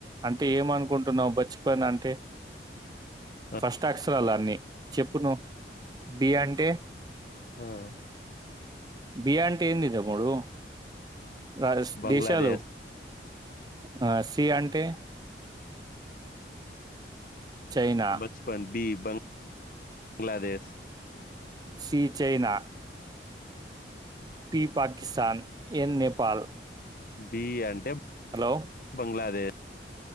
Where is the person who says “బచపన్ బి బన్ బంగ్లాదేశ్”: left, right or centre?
Left